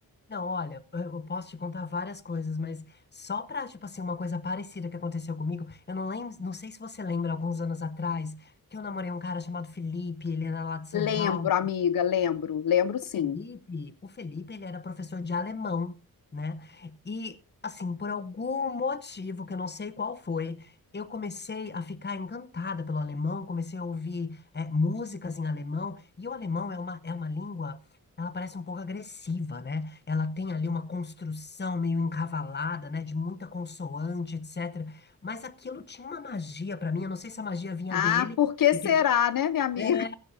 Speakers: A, on the left; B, on the left.
A: Não, olha, eu eu posso te contar várias coisas, mas só pra, tipo assim, uma coisa parecida que aconteceu comigo, eu não lembro, não sei se você lembra, alguns anos atrás, que eu namorei um cara chamado Felipe, ele era lá de São
B: Lembro,
A: Paulo.
B: amiga, lembro, lembro sim.
A: O Felipe, o Felipe, ele era professor de alemão, né? E, assim, por algum motivo, que eu não sei qual foi, eu comecei a ficar encantada pelo alemão, comecei a ouvir, eh, músicas em alemão, e o alemão é uma, é uma língua, ela parece um pouco agressiva, né? Ela tem ali uma construção meio encavalada, né? De muita consoante, etc. Mas aquilo tinha uma magia para mim, eu não sei se a magia vinha
B: Ah,
A: dele,
B: por que
A: porque...
B: será, né, minha amiga?
A: é,